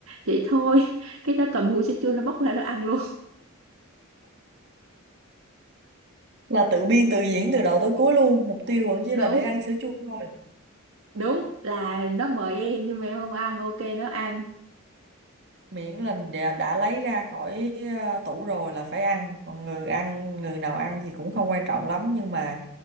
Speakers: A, on the right (about 70°); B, on the right (about 55°).
A: vậy thôi <laughs> cái nó cầm hũ sữa chua nó bóc ra nó ăn luôn
B: là tự biên tự diễn từ đầu tới cuối luôn mục tiêu vẫn chỉ
A: <laughs> đúng
B: là để ăn sữa chua thôi
A: đúng là nó mời em nhưng mà em không ăn ok nó ăn
B: miễn là đã, đã lấy ra khỏi ờ, tủ rồi là phải ăn còn người ăn người nào ăn thì cũng không quan trọng lắm nhưng mà